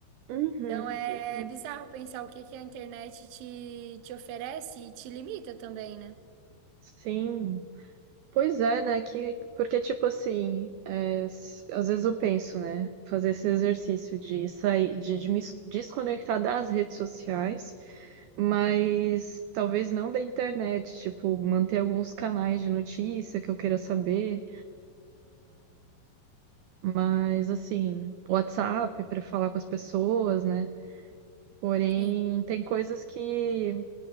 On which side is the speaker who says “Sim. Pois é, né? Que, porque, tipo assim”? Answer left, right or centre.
Right